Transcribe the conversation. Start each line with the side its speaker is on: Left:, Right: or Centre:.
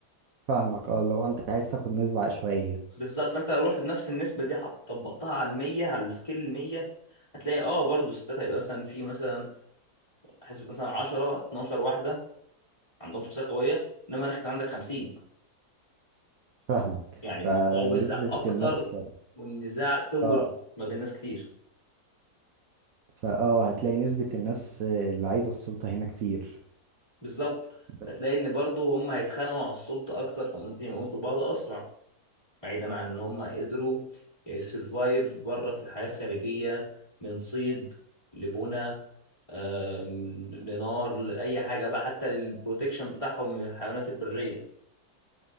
Right: فاهمك اه لو انت عايز تاخد نسبة عشوائية
Left: بالظبط فأنت لو رحت بنفس النسبة دي حط- طبقتها على المية على السكيل المية هتلاقي اه برضو الستات هيبقى مثلا في مثلا حسبة مثلا 10 12 واحدة عندهم شخصية قوية إنما أنا كنت عندك 50
Right: فاهمك
Left: يعني الموضوع
Right: فنسبة
Left: وسع أكتر
Right: الناس
Left: والنزاع طول
Right: اه
Left: ما بين ناس كتير
Right: فاه هتلاقي نسبة الناس اللي عايزة السلطة هنا كتير
Left: بالظبط
Right: بس
Left: فتلاقي إن برضو هم هيتخانقوا على السلطة أكتر فممكن يموتوا بعض أسرع بعيدا عن ان هم قدروا يسرفايف بره في الحياة الخارجية من صيد لبنى آم، لنار لأي حاجة بقى حتى للبروتكشن بتاعهم من الحيوانات البرية